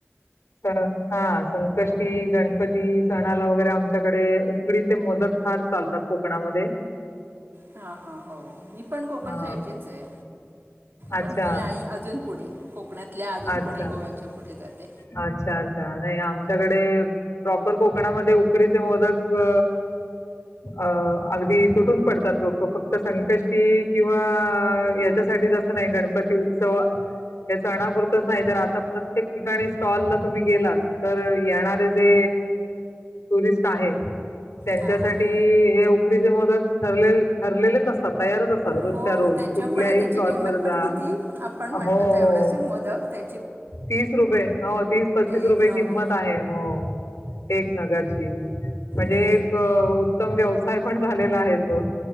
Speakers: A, on the left (about 85°); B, on the right (about 55°).
A: कर हा संकष्टी, गणपती सणाला वगैरे आमच्याकडे उकडीचे मोदक फार चालतात कोकणामध्ये.
B: हां हां हो मी पण कोकण
A: हा
B: साईटचीच आहे.
A: अच्छा
B: पण मी आणि अजून पुढे कोकणातल्या अजून
A: अच्छा
B: पुढे गोव्याच्या पुढे जाते.
A: अच्छा! अच्छा! नाही आमच्याकडे प्रॉपर कोकणामध्ये उकडीचे मोदक अ अ अगदी तुटून पडतात लोक. ते फक्त संकष्टी किंवा याच्यासाठीचं असं नाही गणपती उत्सव हे सणापूर तच नाही तर आता प्रत्येक ठिकाणी स्टॉलला तुम्ही गेलात तर येणारे जे टुरिस्ट आहे. त्यांच्यासाठी
B: हां
A: हे उकडीचे मोदक ठरले ठरलेलेच असतात. तयारच असतात. रोजच्या
B: हो
A: रोज
B: त्याच्यामुळे
A: कुठल्याही
B: त्याची
A: स्टॉल
B: किंमत
A: वर
B: पण
A: जा
B: किती आपण
A: हो
B: म्हणतो
A: हो हो.
B: तेवढ्याचे मोदक ते
A: तीस रुपये हो तीस, पस्तीस
B: एक
A: रुपये
B: नग
A: किंमत आहे हो. एक नगाची म्हणजे
B: ते
A: एक उत्तम व्यवसाय पण झालेला आहे तो.